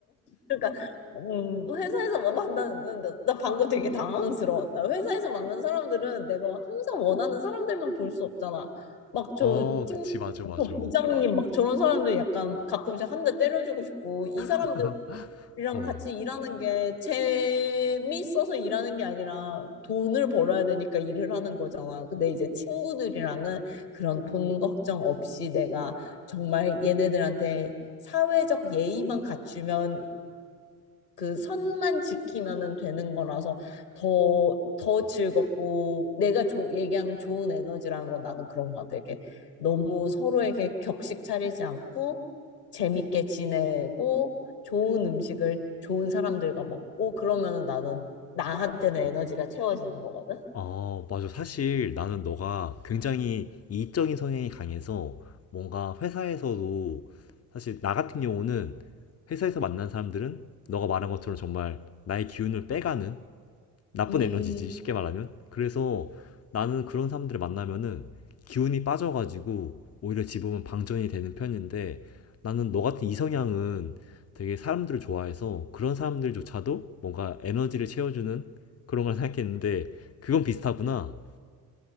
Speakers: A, on the left; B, on the left.
A: 그러니까, 음, 회사에서 뭐 만나는, 나, 나- 나 방금 되게 당황스러웠다. 회사에서 만나는 사람들은 내가 항상 원하는 사람들만 볼 수 없잖아. 막 저
B: 어,
A: 팀,
B: 그치, 맞아, 맞아.
A: 저 부장님, 막 저런 사람들 약간 가끔씩 한 대 때려주고 싶고, 이 사람들
B: <laughs>
A: 이랑
B: 어.
A: 같이 일하는 게 재미있어서 일하는 게 아니라 돈을 벌어야 되니까 일을 하는 거잖아. 근데 이제 친구들이랑은 그런 돈 걱정 없이 내가 정말 얘네들한테 사회적 예의만 갖추면 그 선만 지키면은 되는 거라서 더, 더 즐겁고 내가 조, 얘기하는 좋은 에너지라는 건 나는 그런 것 같아. 이게 너무 서로에게 격식 차리지 않고 재밌게 지내고 좋은 음식을 좋은 사람들과 먹고 그러면은 나는 나한테는 에너지가 채워지는 거거든.
B: 어, 맞아. 사실 나는 너가 굉장히 이익적인 성향이 강해서 뭔가 회사에서도 사실 나 같은 경우는 회사에서 만난 사람들은 너가 말한 것처럼 정말 나의 기운을 빼가는 나쁜
A: 음,
B: 에너지지, 쉽게 말하면. 그래서 나는 그런 사람들을 만나면은 기운이 빠져가지고 오히려 집으면 방전이 되는 편인데 나는 너 같은 이성향은 되게 사람들을 좋아해서 그런 사람들조차도 뭔가 에너지를 채워주는 그런 걸 생각했는데 그건 비슷하구나.